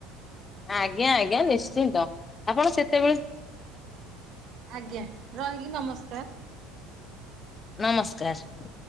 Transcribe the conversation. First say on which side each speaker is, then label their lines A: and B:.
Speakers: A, on the left; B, on the right.
A: ଆଜ୍ଞା ଆଜ୍ଞା ନିଶ୍ଚିନ୍ତ ଆପଣ ସେତେବେଳେ
B: ଆଜ୍ଞା ରହିଲି ନମସ୍କାର।
A: ନମସ୍କାର।